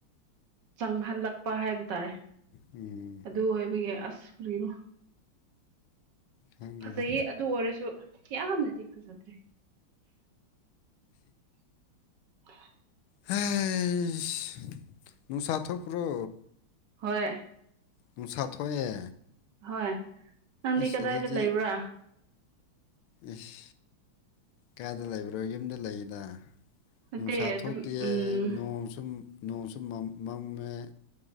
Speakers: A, on the right; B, on the left.
A: ꯆꯪꯍꯜꯂꯛꯄ ꯍꯥꯏꯕ ꯇꯥꯔꯦ
B: ꯎꯝ
A: ꯑꯗꯨ ꯑꯣꯏꯕꯒꯤ ꯑꯁ ꯅ
B: ꯈꯪꯗꯦꯗ
A: ꯐꯖꯩꯌꯦ ꯑꯗꯨ ꯑꯣꯏꯔꯁꯨ ꯀꯌꯅꯗꯤ ꯐꯖꯗ꯭ꯔꯦ <unintelligible>
B: ꯍꯁ ꯅꯨꯡꯁꯥ ꯊꯣꯄ꯭ꯔꯣ
A: ꯍꯣꯏ꯫
B: ꯅꯨꯡꯁꯥ ꯊꯣꯛꯑꯦ꯫
A: ꯍꯣꯏ꯫ ꯅꯪꯗꯤ
B: ꯏꯁ
A: ꯀꯗꯥꯏꯗ
B: ꯑꯗꯨꯗꯤ꯫
A: ꯂꯩꯕ꯭ꯔꯥ
B: ꯏꯁ ꯀꯥꯗ ꯂꯩꯕ꯭ꯔꯣ ꯌꯨꯝꯗ ꯂꯩꯌꯦꯗ꯫
A: ꯅꯠꯇꯦ
B: ꯅꯨꯡꯁꯥ ꯊꯣꯛꯇꯤꯌꯦ
A: ꯑꯗꯨꯝ ꯎꯝ
B: ꯅꯣꯡ ꯅꯣꯡꯁꯨ ꯃꯝꯃꯦ꯫